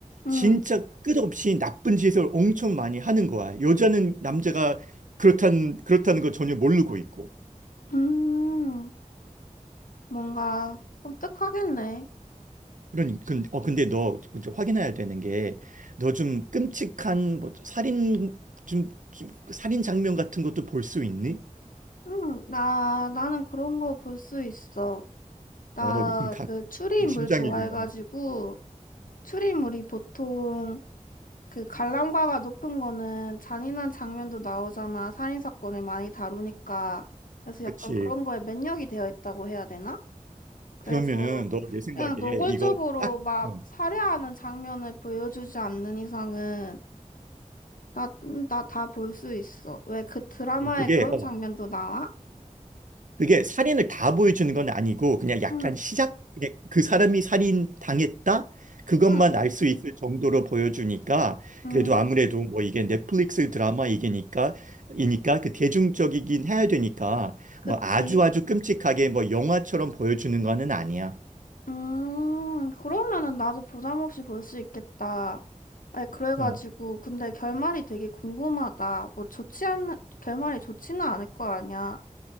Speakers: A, on the left (about 90°); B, on the right (about 70°).
A: 응.
B: 진짜 끝없이 나쁜 짓을 엄청 많이 하는 거야. 여자는 남자가 그렇다는, 그렇다는 걸 전혀 모르고 있고.
A: 음, 뭔가 섬뜩하겠네.
B: 그러니 근, 어 근데 너 이제 확인해야 되는 게 너 좀 끔찍한 뭐 살인 좀, 좀 살인 장면 같은 것도 볼 수 있니?
A: 응, 나, 나는 그런 거 볼 수 있어. 나
B: 어, 너 지금 강,
A: 그 추리인물
B: 강심장이구나.
A: 좋아해가지고, 추리인물이 보통 그 관람가가 높은 거는 잔인한 장면도 나오잖아. 살인사건을 많이 다루니까. 그래서 약간
B: 그치.
A: 그런 거에 면역이 되어 있다고 해야 되나? 그래서
B: 그러면은 너 내 생각에
A: 그냥 노골적으로
B: 이거 딱
A: 막
B: 어,
A: 살해하는 장면을 보여주지 않는 이상은 나, 음, 나다 볼 수 있어. 왜 그 드라마에
B: 어, 그게
A: 그런
B: 어,
A: 장면도 나와?
B: 그게 살인을 다 보여주는 건 아니고 그냥 약간
A: 응,
B: 시작 그냥 그 사람이 살인 당했다 그것만
A: 응,
B: 알 수 있을 정도로 보여주니까
A: 응,
B: 그래도 아무래도 뭐 이게 넷플릭스 드라마 이게니까 이니까 그 대중적이긴 해야 되니까
A: 그치.
B: 뭐 아주 아주 끔찍하게 뭐 영화처럼 보여주는 거는 아니야.
A: 음, 그러면은 나도 부담 없이 볼 수 있겠다. 아니, 그래가지고,
B: 어.
A: 근데 결말이 되게 궁금하다. 뭐 좋지 않, 결말이 좋지는 않을 거 아니야.